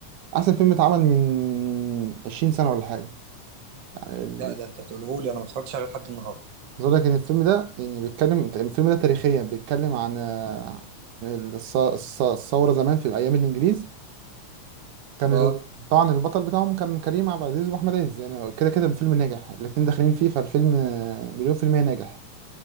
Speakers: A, on the right (about 80°); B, on the right (about 60°).
A: احسن فيلم اتعمل من 20 سنه ولا حاجه يعني ال-
B: لا ده انت تقولهولي انا ما اتفرجتش عليه لحد النهارده
A: عايز اقول لك ان الفيلم ده يعني بيتكلم الفيلم ده تاريخيا بيتكلم عن آه، عن الث- الث- الثوره زمان في ايام الانجليز كان
B: اه
A: ال- طبعا البطل بتاعهم كان كريم عبد العزيز واحمد عز يعني كده كده الفيلم ناجح الاتنين داخلين فيه فالفيلم آه، مليون في المية ناجح